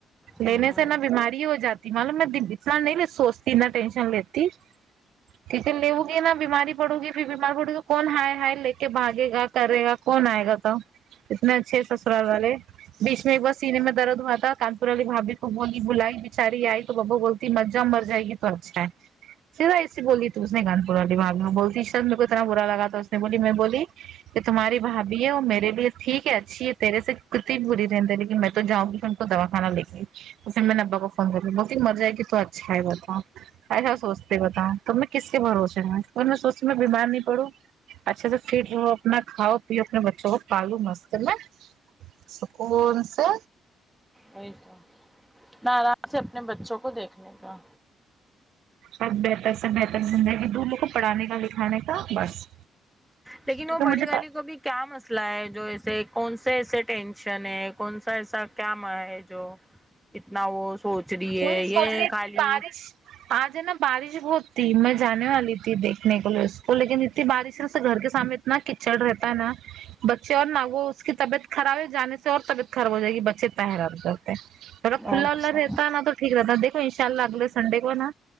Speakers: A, in the centre; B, on the right.
A: ہوں
B: لینے سے نا بیماری ہو جاتی معلوم میں اتنا نہیں سوچتی نہ ٹینشن لیتی ٹھیک ہے لو گی نا بیماری پڑے گی پھر بیمار پڑے گی کون ہائے ہائے لے کے باگے گا کرے گا کون آئے گا تو اتنے اچھے سسرال والے بیچ میں ایک بار سینے میں درد ہوا تھا کانور والی بھابھی کو بولی بلائی بچاری آئی تو بابا بول تی مر جا مر جائے گی تو اچھا ہے سیدھا ایسے بولی تو اس نے <unintelligible> میرے کو اتنا برا لا گا اس نے بولی میں بولی کہ تمہاری بھابھی ہے وہ میرے لیے ٹھیک ہے اچھی ہے تیرے سے کتی بری رہ دے لیکن میں تو جاؤں گی دوا خانا لے کے ائی تو پھر میں نے ابا کو فون کرا بولتی مر جائے گی تو اچھا ہے بتا ایسا سوچتے بتاؤ تو میں کس کے بھروسے رہو اور میں سوچتی میں بیمار نہیں پڑوں اچھا سے فٹ رہو اپنا کھاؤ پیو اپنے بچوں کو پالو مست نہ سکون سے
A: وہی تو بس آرام سے اپنے بچوں کو دیکھنے کا
B: سب بہتر سے بہتر زندگی دو ان لوگ کو پڑھانے کا لکھانے کا بس
A: لیکن
B: کیونکہ
A: وہ بڑی
B: مجھے
A: والی کو بھی کیا مسئلہ ہے جو ایسے کون سے ایسے ٹینشن ہے کون سا ایسا کیا ما ہے جو اتنا وہ سوچ رہی
B: وہی
A: ہے یے
B: سوچ رہی
A: خالی
B: تھی بارش آج ہے نا بارش بہت تھی میں جانے والی تھی دیکھنے کے لیے اس کو لیکن اتنی بارش ہے اس سے گھر کے سامنے اتنا کچڑ رہتا ہے نا بچے اور نہ وہ اس کی طبیعت خراب ہے جانے سے اور طبیعت خراب ہو جائے گی بچے اتنا حیران تھوڑا کھلا
A: اچھا
B: ولا رہتا ہے نا تو ٹھیک رہتا ہے دھو ان شاء اللہ اگلے سنڈے کو ہے نا